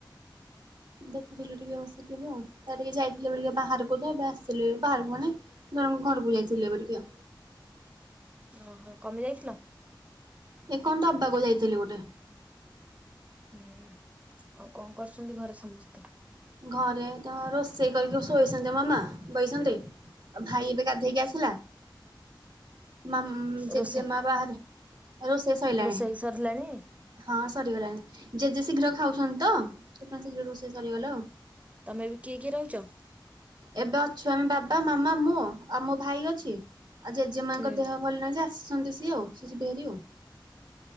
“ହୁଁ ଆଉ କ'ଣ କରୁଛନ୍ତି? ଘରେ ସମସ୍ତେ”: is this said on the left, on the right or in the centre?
Right